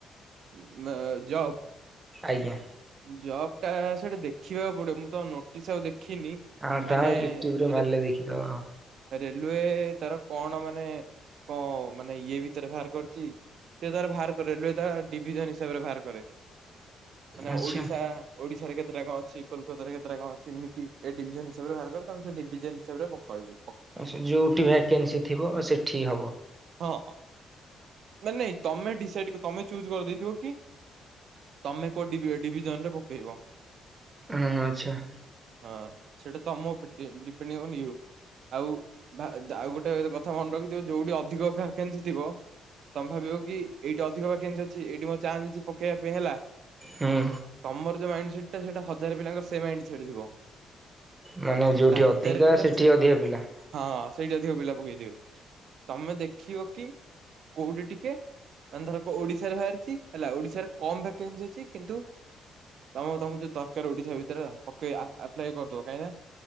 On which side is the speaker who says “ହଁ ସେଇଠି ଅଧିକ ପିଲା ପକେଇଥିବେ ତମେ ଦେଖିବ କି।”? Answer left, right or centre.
Right